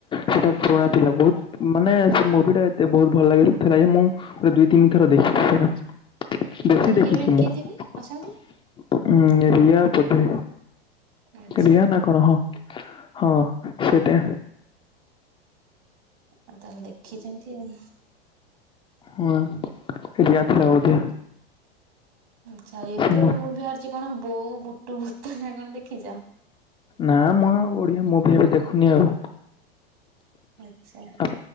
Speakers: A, on the left (about 20°); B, on the right (about 70°).
A: ସେଟା ପୁରୁଣା ଥିଲା ବହୁତ, ମାନେ ସେ ମୁଭି ଟା ଏତେ ବହୁତ ଭଲ ଲାଗ ଥିଲା ଯେ ମୁଁ ଦୁଇ ତିନି ଥର ଦେଖି ସେଟ ବେଶୀ
B: ତାର
A: ଦେଖିଛି
B: ହିରୋଇନ
A: ମୁଁ
B: କିଏ ଥିବେ
A: ହଁ
B: ଅଛନ୍ତି?
A: ରିଆ ବଧେ
B: ଆଚ୍ଛା
A: ରିଆ ନା? କଣ ହଁ, ହଁ ସେଟା
B: ଆଉ ତାହେଲେ ଦେଖିଛନ୍ତି ଆଉ
A: ହଁ ଏରିଆ ଥିଲା ବୋଧେ <unintelligible>
B: ଆଚ୍ଛା ଆଉ ଏବେ
A: ସେ ମୁ
B: ଗୋଟେ ମୁଭି ବାହାରିଛି କଣ ବୋଉ ବୁଟୁ ଭୂତ ନାଁ କଣ ଦେଖିଛ?
A: ନା ମୁଁ ଆଉ ଓଡିଆ ମୁଭି ଏବେ ଦେଖୁନି ଆଉ
B: ଆଛା,
A: ଆପ